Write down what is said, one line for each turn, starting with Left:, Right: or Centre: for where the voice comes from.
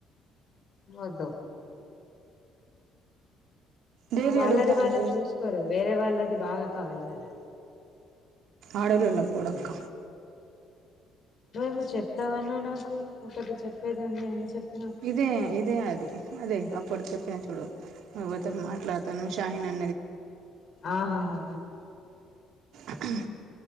Left: వద్దు
Right: దేవి
Left: వాళ్ళది
Right: అడుగుతాంది
Left: వాళ్ళు చూసుకోరు వేరే వాళ్ళది బాగా కావాలి వాళ్ళు
Right: ఆడోలోల్ల పోడక్క
Left: మేము చెప్తామన్నా నాకు ఒకటి చెప్పేదెంది అని చెప్పి
Right: ఇదే ఇదే అది అదే అప్పుడు చెప్పిన చూడు ఒక అతను మాట్లాడుతాను షాహీనా
Left: ఆహాహా
Right: <unintelligible>